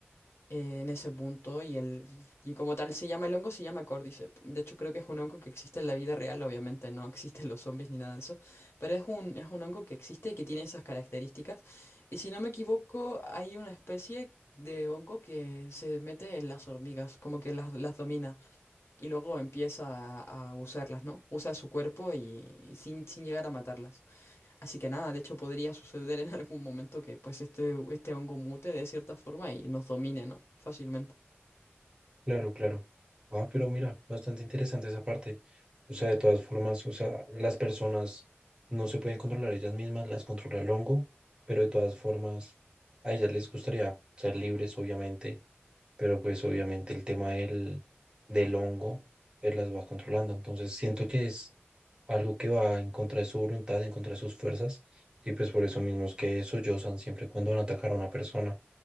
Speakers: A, on the left; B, on the right.
A: eh, en ese punto y el y como tal se llama el hongo, se llama Cordyceps. De hecho, creo que es un hongo que existe en la vida real, obviamente no existen los zombies ni nada de eso, pero es un es un hongo que existe y que tiene esas características. Y si no me equivoco, hay una especie de hongo que se mete en las hormigas, como que las, las domina y luego empieza a, a usarlas, ¿no? Usa su cuerpo y, y sin sin llegar a matarlas. Así que nada, de hecho podría suceder en <laughs> algún momento que pues este, este hongo mute de cierta forma y nos domine, ¿no? Fácilmente.
B: claro, claro. Ah, pero mira, bastante interesante esa parte. O sea, de todas formas, o sea, las personas no se pueden controlar ellas mismas, las controla el hongo, pero de todas formas, a ellas les gustaría ser libres, obviamente pero pues obviamente el tema del, del hongo pues las va controlando. Entonces siento que es algo que va en contra de su voluntad, en contra de sus fuerzas, y pues por eso mismo es que sollozan siempre cuando van a atacar a una persona.